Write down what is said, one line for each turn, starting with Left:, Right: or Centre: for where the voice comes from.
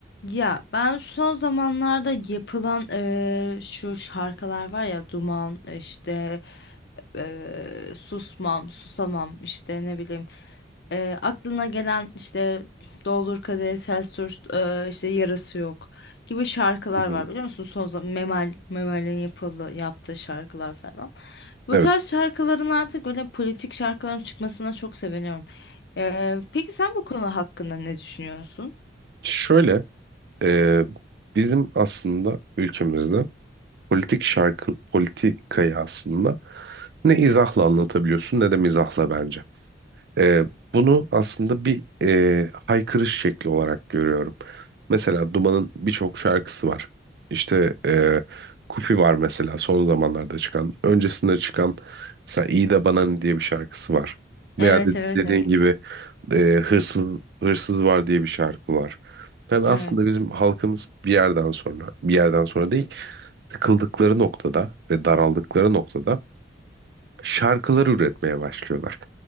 Left: Ya ben son zamanlarda yapılan eee, şu şarkılar var ya Duman işte eee, Susmam Susamam işte ne bileyim eee, aklına gelen işte Doldur Kadehi Ters Tut eee, işte Yarası Yok gibi şarkılar
Right: Hı hı.
Left: var biliyor musun? Son zaman Memel Memel'in yapıldı yaptığı şarkılar falan. Bu
Right: Evet.
Left: tarz şarkıların artık böyle politik şarkıların çıkmasına çok seviniyorum. Eee, peki sen bu konu hakkında ne düşünüyorsun?
Right: Şöyle e, bizim aslında ülkemizde politik şarkı politikayı aslında ne izahla anlatabiliyorsun ne de mizahla bence. Ee, bunu aslında bir e, haykırış şekli olarak görüyorum. Mesela Duman'ın birçok şarkısı var. İşte e, Kupi var mesela son zamanlarda çıkan. Öncesinde çıkan mesela İyi de Bana Ne diye bir şarkısı var.
Left: Evet
Right: Veya de,
Left: evet
Right: dediğin
Left: evet.
Right: gibi e, Hırsız Hırsız var diye bir şarkı var. Yani
Left: Evet.
Right: aslında bizim halkımız bir yerden sonra, bir yerden sonra değil, sıkıldıkları noktada ve daraldıkları noktada şarkılar üretmeye başlıyorlar.